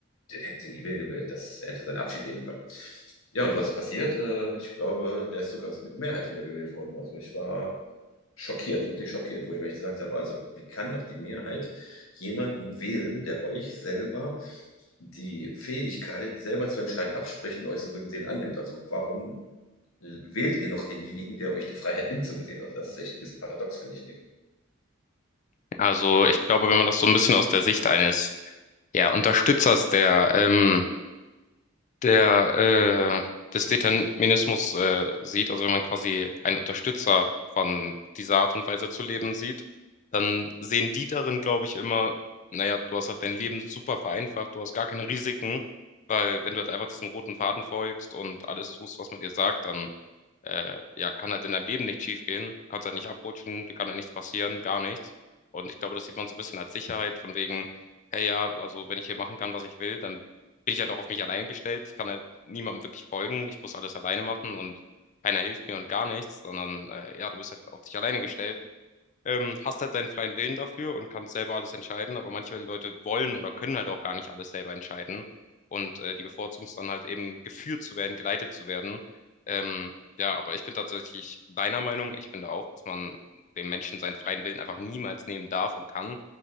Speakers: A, on the left; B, on the left.
A: den hätten sie nie mehr gewählt. Das er hätte seinen Abschied nehmen können. Ja, und was ist passiert? Äh, ich glaube, der ist sogar mit Mehrheit wiedergewählt worden. Also ich war schockiert, wirklich schockiert, wo ich mir echt gesagt habe, also wie kann doch die Mehrheit jemanden wählen, der euch selber die Fähigkeit, selber zu entscheiden, abspricht und euch so gesehen annimmt? Also warum wählt ihr noch denjenigen, der euch die Freiheit nimmt, so gesehen? Also das ist echt ein bisschen paradox, finde ich, in dem
B: Also ich glaube, wenn man das so ein bisschen aus der Sicht eines ja, Unterstützers der ähm, der, äh, des Determinismus, äh, sieht, also wenn man quasi einen Unterstützer von dieser Art und Weise zu leben sieht, dann sehen die darin, glaube ich, immer, naja, du hast halt dein Leben super vereinfacht, du hast gar keine Risiken, weil wenn du halt einfach diesem roten Faden folgst und alles tust, was man dir sagt, dann äh, ja, kann halt in deinem Leben nicht schief gehen. Du kannst halt nicht abrutschen, dir kann halt nichts passieren, gar nichts. Und ich glaube, das sieht man so ein bisschen als Sicherheit, von wegen, hey ja, also wenn ich hier machen kann, was ich will, dann bin ich halt auch auf mich allein gestellt. Ich kann halt niemandem wirklich folgen. Ich muss alles alleine machen und keiner hilft mir und gar nichts, sondern äh, ja, du bist halt auf dich alleine gestellt ähm, hast halt deinen freien Willen dafür und kannst selber alles entscheiden, aber manche Leute wollen oder können halt auch gar nicht alles selber entscheiden und äh, die bevorzugen es dann halt eben geführt zu werden, geleitet zu werden. Ähm, ja, aber ich bin tatsächlich deiner Meinung, ich finde auch, dass man dem Menschen seinen freien Willen einfach niemals nehmen darf und kann,